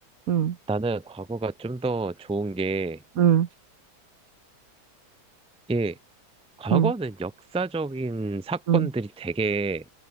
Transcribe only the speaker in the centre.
나는 과거가 좀 더 좋은 게,
예, 과거는
역사적인 사건들이
되게